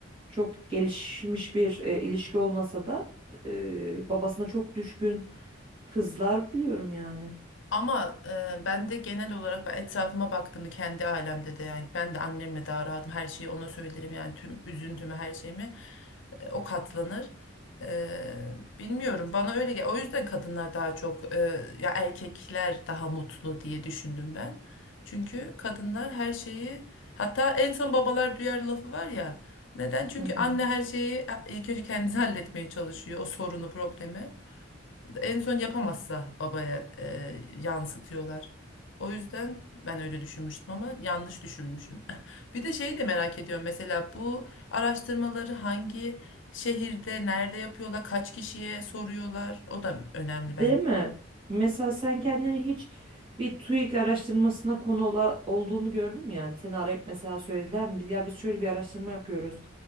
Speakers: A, on the right; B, on the left.
A: çok gelişmiş bir e, ilişki olmasa da e, babasına çok düşkün kızlar biliyorum yani.
B: Ama e, ben de genel olarak ben etrafıma baktığımda kendi ailemde de yani ben de annemle daha rahatım. Her şeyi ona söylerim yani tüm üzüntümü her şeyimi e, o katlanır. E, bilmiyorum bana öyle gel. O yüzden kadınlar daha çok e, ya erkekler daha mutlu diye düşündüm ben. Çünkü kadınlar her şeyi hatta en son babalar duyar lafı var ya. Neden? Çünkü
A: Hı hı.
B: anne her şeyi e, ilk önce kendisi <laughs> halletmeye çalışıyor o sorunu problemi. En son yapamazsa babaya e, yansıtıyorlar. O yüzden ben öyle düşünmüştüm ama yanlış düşünmüşüm. <laughs> Bir de şeyi de merak ediyorum. Mesela bu araştırmaları hangi şehirde, nerede yapıyorlar, kaç kişiye soruyorlar? O da önemli ben.
A: Değil mi? Mesela sen kendini hiç bir TÜİK araştırmasına konu ola- olduğunu gördün mü yani? Seni arayıp mesela söylediler mi? Biz- Ya biz şöyle bir araştırma yapıyoruz.